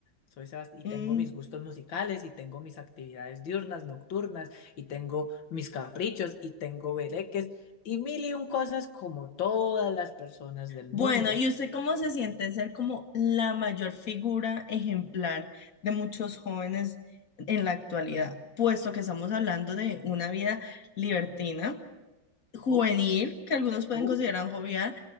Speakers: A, on the left (about 85°); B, on the left (about 50°).
A: Soy Sebas- y
B: Mm.
A: tengo mis gustos musicales, y tengo mis actividades diurnas, nocturnas, y tengo mis caprichos, y tengo bereques, y mil y un cosas como todas las personas del
B: Bueno,
A: mundo.
B: ¿y usted cómo se siente ser como la mayor figura ejemplar de muchos jóvenes en la actualidad? Puesto que estamos hablando de una vida libertina juvenil,
A: Oh,
B: que algunos pueden
A: oh.
B: considerar jovial,